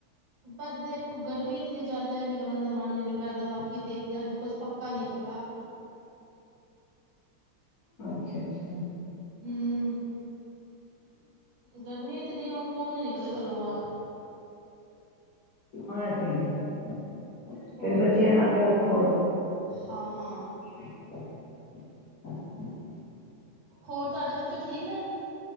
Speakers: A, on the right (about 65°); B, on the left (about 65°).
A: ਪਰ ਦੇਖੋ ਗਰਮੀ ਇਤਨੀ ਜ਼ਿਆਦਾ ਨਿਕਲਣ ਦਾ ਮਨ ਇ ਨੀ ਕਰਦਾ ਬਾਕ ਕਿ ਦੇਖਦੇ ਹਜੇ ਕੁੱਛ ਪੱਕ ਕਾ ਨਹੀਂ ਪਤਾ।
B: ਅੱਛਾ-ਅੱਛਾ।
A: ਹਮ ਗਰਮੀ ਇਤਨੀ ਆ ਹੁਣ ਕੌਣ ਨੀ ਨਿਕਲ ਘਰੋਂ ਬਾਹਰ।
B: ਹਾਂ ਇਹ ਤੇ ਹੈ ਹੀ ਏ।
A: ਕੋਈ
B: ਫੇਰ ਬੱਚਿਆਂ ਨਾਲ ਤੇ ਹੋਰ
A: ਹਾਂ।
B: <inaudible>
A: ਹੋਰ ਤੁਹਾਡੇ ਬੱਚੇ ਠੀਕ ਨੇ